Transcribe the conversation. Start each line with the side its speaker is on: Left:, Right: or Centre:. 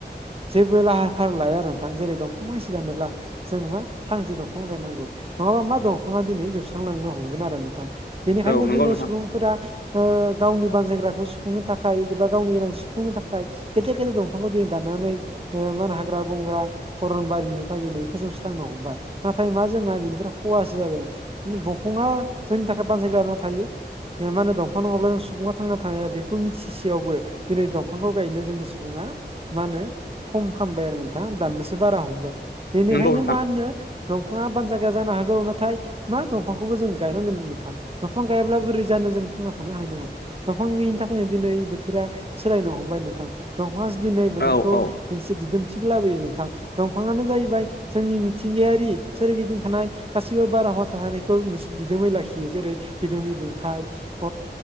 Right: जेबो लाहार भार लाया आरो नोंथां जेरै दंफां मानसि दानोब्ला <unintelligible> जों मा फांसे दंफां गायनांगौ नंङाबा मा दंफाङा दिनै जोबस्रांलांनो हमगोन आरो नोंथांङा बेनिखायनो
Left: औ नंगौ
Right: दिनै
Left: नोंथां
Right: सुबुंफोरा ओ गावनि बानजायग्राखौ सुफुंनो थाखाय एबा गावनि गोनां सुफुंनो थाखाय गेदेर गेदेर दंफांखौ दिनै दानानै ओ <unintelligible> हाग्रा बंग्रा अरनबारिनिफ्राय दिनै फोजोबस्रांनो हमबाय नाथाय मा जोंहा बेनिफ्राय खहासो जादों दंफांङा जोंनि थाखाय बान्जायग्रा थायो मा होनो दंफां नंङाब्ला सुबुङा थांना थानाया बेखौ मिथिसेयावबो दिनै दंफांखौ गायनो जोंनि सुबुंङा मा होनो खम खामबाय आरो थां दाननोसो बारा हमबाय बेनिखायनो
Left: नंगौ नोंथां
Right: मा होनो दंफांङा बान जायगा जानो हागौ नाथाय मा दंफांखौबो जों गायनांगोन नोंथां दंफां गायाब्ला बोरै जानो जों थांना थानो हानाय नंङा दंफां गैयिनि थाखायनो दिनै बोथोरा सोलायनो हमबाय नोंथां दंफाङासो दिनै बोथोरखौ
Left: औ औ
Right: मोनसे दिदोमथिखो लाबोयो नोंथां दंफांङानो जाहैबाय जोंनि मिथिंगायारि सोरगिदिं थानाय गासिबो बाराहावा थासारि खौ दिदोमै लाखियो जेरै बिदुंनि दुंथाय <unintelligible>